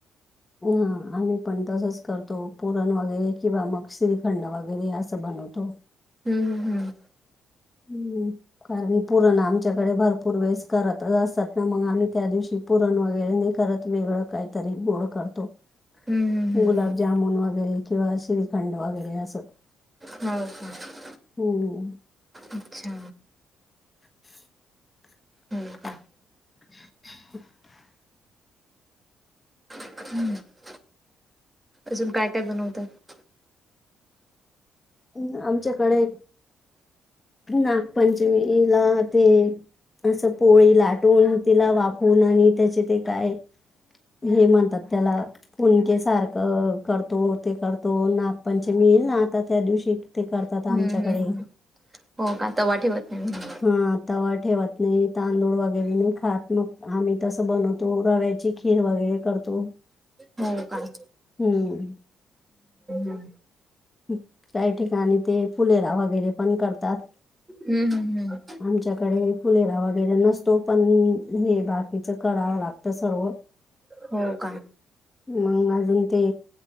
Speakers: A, on the left; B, on the right.
A: हां आम्ही पण तसंच करतो, पुरण वगैरे किंवा मग श्रीखंड वगैरे असं बनवतो.
B: हम्म हा हा हा.
A: हम्म, कारण पूरण आमच्याकडे भरपूर वेळेस करतच असतात ना, मग आम्ही त्या दिवशी पुरणं वगैरें नाहीं करतं, वेगळं कांहींतरी गोडं करतो.
B: हम्म हम्म हम्म.
A: गुलांबजामुंन वगैरें किंवा श्रीखंड वगैरें असं.
B: भावांची
A: हो ओओ
B: अच्छा
A: <unintelligible>
B: हो का हम्मं अजूंन कायं कायं बनवतांत?
A: अं आमच्यांकडे, नागपंचमीला ते असं पोळी लाटूंन, तिलां वाफवूंन आणि त्यांचे ते कांय हे म्हणतांत त्यांला फुनके सारखं करतो, ते करतो, नागपंचमी येईल नां आंता त्यां दिवशी ते करतात
B: हंम
A: आमच्याकडे
B: हंम हं हो कां, तवां ठेवतं नाहीं म्हणूंन.
A: हां तवां ठेवतं नाहीं, तांदूळ वगैरें नाहीं खातं मगं आम्हीं तसं बनवतो रव्यां ची खीर वगैरें करतो.
B: हो कां.
A: हंम
B: हम्म.
A: हं, कांहीं ठिकांणी ते फुलेरा वगैरें पणं करतांत.
B: हं हंम हंम
A: आमच्यांकडे फुलेरा वगैरें नसतो, पणं हे बाकीच करावं लागतं सर्व.
B: हो कां
A: मंग अजूंन ते